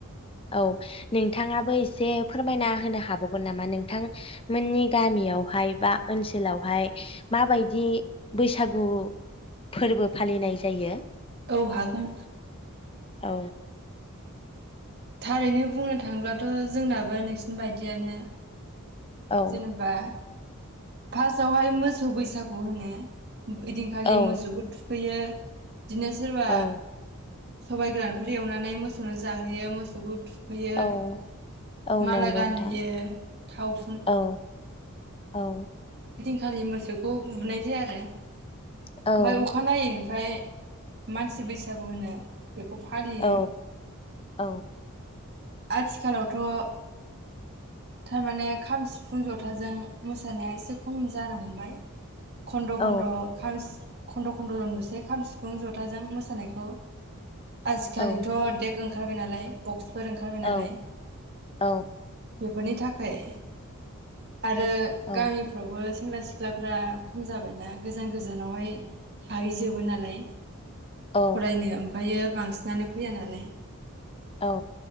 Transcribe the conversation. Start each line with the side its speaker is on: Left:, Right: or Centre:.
Left: औ नोंथाङाबो एसे फोरमायना होनो हाबावगोन नामा नोंथांमोननि गामियावहाय बा ओनसोलावहाय माबायदि बैसागु फोर्बो फालिनाय जायो
Right: औ हागोन
Left: औ
Right: थारैनो बुंनो थाङोब्लाथ' जोंनाबो नोंसिनि बायदियानो
Left: औ
Right: जेनेबा फासावहाय मोसौ बैसागु होनो ओइदिनखालि
Left: औ
Right: मोसौखौ थुखैयो बिदिनो सोरबा
Left: औ
Right: सबाय गोरानफोर एवनानै मोसौनो जाहोयो मोसौखौ थु खैयो
Left: औ औ
Right: माला
Left: नंगौ
Right: गानहोयो
Left: नोंथां
Right: थाव
Left: औ औ
Right: खालि मोसौखौ बुनाय जाया आरो
Left: औ
Right: बाय अखानायै फ्राय मानसि बैसागु होनो। बेखौ फालियो
Left: औ औ
Right: आथिखालावथ' थारमाने खाम, सिफुं, जथाजों मोस सानाया एसे खम जानो हमबाय। खन्द
Left: औ
Right: खन्द खाम सि खन्द' खन्द' जों नुसै खाम सिफुं जथाजों मोसानायखौ। आजिखालिथ'
Left: औ
Right: देग ओं खारबाय नालाय बक्स फोर ओंखारबाय
Left: औ
Right: नालाय
Left: औ
Right: बेफोरनि थाख खाय आरो
Left: औ
Right: गामिफ्रावबो सेंग्रा सिख्लाफ्रा खम जाबायना गोजान गोजानावहाय थाहैजोबो नालाय।
Left: औ
Right: फरायनो ओमफ्रायो बांसिनानो फैया नालाय।
Left: औ